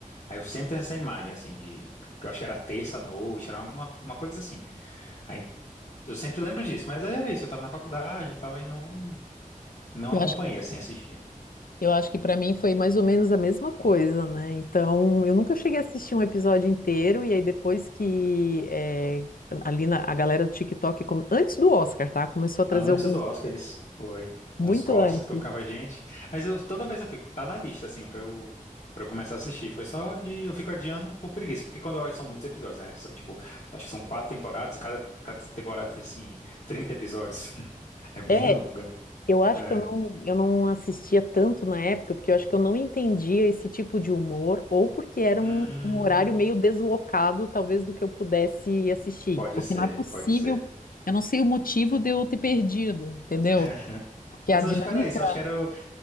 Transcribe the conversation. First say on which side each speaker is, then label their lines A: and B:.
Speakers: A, on the left; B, on the left.
A: Aí eu sempre tenho essa imagem assim de, que eu acho que era terça noite, era uma, uma coisa assim. Aí eu sempre lembro disso, mas era isso, eu estava na faculdade e tal e não não
B: Eu
A: acompanhei
B: acho,
A: assim assistindo.
B: eu acho que para mim foi mais ou menos a mesma coisa, né? Então, eu nunca cheguei a assistir um episódio inteiro, e aí depois que é, ali na, a galera do TikTok, come- antes do Oscar, tá? Começou a trazer
A: Antes
B: alguns
A: do Oscar, eles foi
B: muito
A: uns cortes
B: antes.
A: que eu ficava, gente. Mas eu toda vez eu fico, tá na lista, assim, pra eu, pra eu começar a assistir. Foi só de. Eu fico adiando por preguiça. Porque quando eu olho, são muitos episódios, né? São tipo, acho que são quatro temporadas, e cada, cada temporada tem assim, 30 episódios. <laughs> É bem
B: É,
A: longa.
B: Eu acho
A: É.
B: que eu não, eu não assistia tanto na época, porque eu acho que eu não entendia esse tipo de humor, ou porque era
A: Hum,
B: um, um horário meio deslocado, talvez, do que eu pudesse assistir.
A: pode
B: Porque
A: ser,
B: não é possível,
A: pode ser.
B: eu não sei o motivo de eu ter perdido, entendeu?
A: <laughs>
B: Porque
A: Mas
B: a dinâmica.
A: eu acho que era isso. Eu acho que era. eu